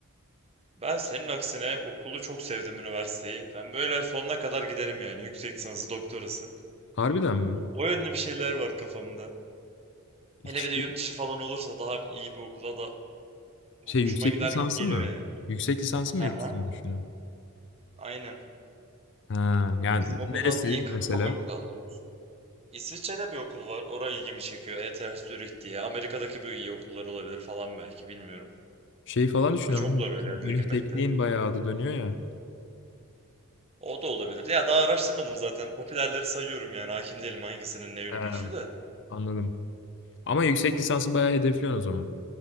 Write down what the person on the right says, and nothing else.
Ben senin aksine okulu çok sevdim üniversiteyi. Ben böyle sonuna kadar giderim yani yüksek lisansı, doktorası.
O yönlü bir şeyler var kafamda. Hele
bir de yurt dışı falan olursa daha bir- iyi bir okula da hoşuma
gider
gibi geliyor
yani.
Hı
hı.
Aynen.
Bizim okuldan
iyi ka-
kabul de alacağım. İsviçre'de bir okul var. Oraya ilgimi çekiyor. ETH Zürich diye. Amerika'daki bir iyi okullar olabilir falan belki bilmiyorum.
Tabii çok zor öyle
yerlere girmek
de.
O da olabilir. Ya daha araştırmadım zaten. Popülerleri sayıyorum yani. Hakim değilim hangisinin ne yönü
güçlü de.